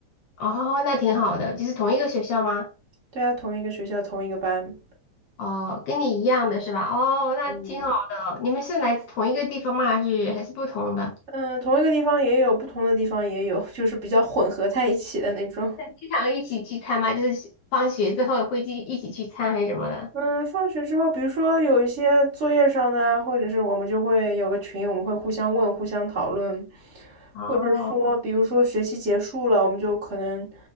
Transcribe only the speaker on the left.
哦，那挺好的，就是同一个学校吗？
哦，跟你一样的是吧？哦，那挺好的。
你们是来自同一个地方吗？还是还是不同的？
那经常一起聚餐吗？就是放学之后会去一起聚餐还是什么的？
哦。